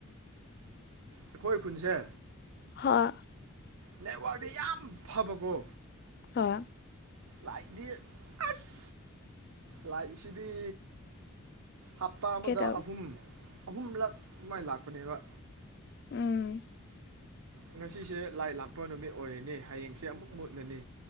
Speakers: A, on the right; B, on the left.
A: ꯑꯩꯈꯣꯏ ꯈꯨꯟꯁꯦ
B: ꯍꯣꯏ
A: ꯅꯦꯠꯋꯥꯛꯇ ꯌꯥꯝ ꯐꯕꯀꯣ
B: ꯑ
A: ꯂꯥꯏꯗꯤ ꯑꯁ ꯂꯥꯏꯁꯤꯗꯤ ꯍꯞꯇꯥ ꯑꯃꯗ
B: ꯀꯩꯗꯧ
A: ꯑꯍꯨꯝ ꯑꯍꯨꯝꯂꯛ ꯑꯗꯨꯃꯥꯏꯅ ꯂꯥꯛꯄꯅꯦꯕ
B: ꯎꯝ
A: ꯉꯁꯤꯁꯦ ꯂꯥꯏ ꯂꯥꯛꯄ ꯅꯨꯃꯤꯠ ꯑꯣꯏꯔꯤꯅꯤ ꯍꯌꯦꯡꯁꯦ ꯑꯃꯨꯛ ꯃꯨꯠꯂꯅꯤ